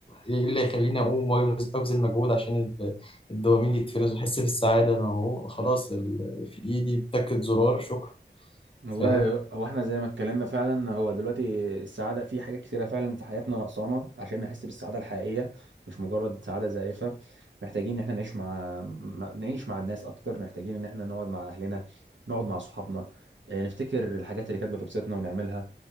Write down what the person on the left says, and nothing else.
ايه اللي يخليني اقوم وابذل أبذل مجهود عشان ال- الدوبامين يتفرز واحس بالسعاده ما هو خلاص ال- في ايدي بتاكد زرار شكرا
فاهم